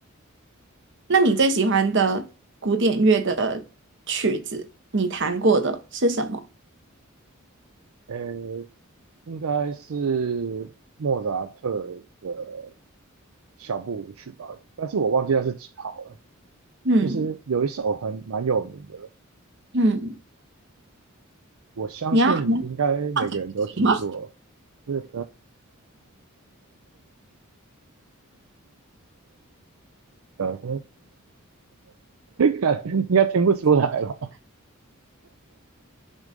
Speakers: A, on the right; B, on the right.
A: 那你最喜欢的古典乐的曲子，你弹过的是什么？
B: <laughs> 呃，应该是莫扎特的小步舞曲吧，但是我忘记那是几号了，
A: 嗯
B: 就是有一首很蛮有名的，
A: 嗯，
B: 我相信应该每个人都听过。
A: 你要弹什么？
B: <laughs> 哒哒哒哒哒哒哒哒哒哒哒，应该听不出来吧？